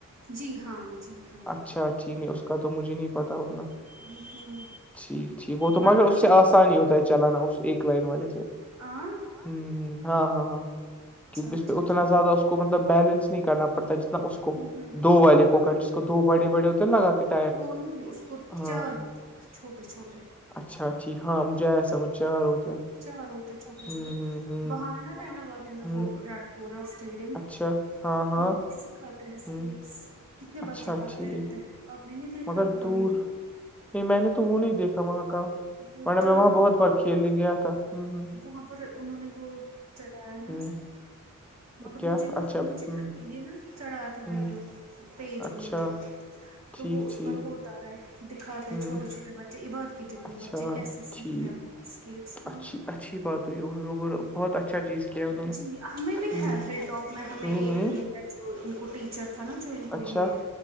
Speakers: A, on the right; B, in the centre.
A: جی ہاں جی ہاں
B: اچھا ٹھیک ہے اس کا تو مجھے نہیں پتا اتنا
A: ہوں ہوں
B: ٹھیک ٹھیک وہ تو مگر
A: ورنہ
B: اس
A: ان
B: سے آسانی ہی ہوتا ہے چلانا اس ایک لائن والے سے
A: آ
B: ہوں ہ ہاں ہاں ہاں کیونکہ اس
A: اچھا
B: پہ اتنا
A: ٹھیک
B: زیادہ اس کو مطلب بیلنس نہیں کرنا پڑتا جتنا اس کو
A: ہوں ہوں
B: دو والے کوکن جس کو دو بڑے بڑے ہوتے ہیں نا لگا کے ٹائر
A: وہ نہیں اس کو
B: ہاں
A: چار ہو چھوٹے چھوٹے
B: اچھا ٹھیک ہاں مجھے آیا سمجھار ہوتے
A: چار ہوتے چھوٹے
B: ہ
A: چھوٹے
B: ہ ہ
A: وہاں ہے نا رہنا والی میں
B: ہ
A: وہ رڈ پورا اسٹیٹ وہاں
B: اچھا ہاں ہاں
A: بھی سکھاتے ہیں اسکیٹس
B: ہ
A: کتنے
B: اچھا
A: بچے کرتے
B: ٹھیک
A: رہتے ہیں آپ نے نہیں دیکھا
B: مگر
A: ان کا
B: دور
A: ویڈیو
B: نہیں میں نے تو وہ نہیں دیکھا وہاں کا
A: وہ چلا
B: میں وہاں بہت ب کھیلنے گیا تھا ہوں ہوں
A: وہاں پر انہوں نے وہ چڑھایا نا
B: ہ ہ
A: مگر
B: کیا
A: مجھے مت
B: اچھا
A: مجھے
B: ہ
A: یہ نا چڑھا تھا ویڈیو
B: ہ
A: پیج
B: اچھا
A: انہوں نے تو
B: ٹھیک
A: وہ اس
B: ٹھیک
A: پر ہوتا ہے دکھاتے ہیں
B: ہ
A: چھوٹے چھوٹے بچے عباد کے جتنے
B: اچھا
A: بچے کیسے سیکھتے
B: ٹھیک
A: ہیں وہاں پر اسکیٹس ہاں
B: اچھی اچھی بات ہو بہت اچھا چیز کیا انہوں
A: جی ہمیں
B: نے
A: بھی ہے ہل ٹاپ میں ہمیں
B: ہ
A: ایک
B: ہ
A: یہ ہے جو ان کوٹی چر تھا نا جو ان کو
B: اچھا
A: یہ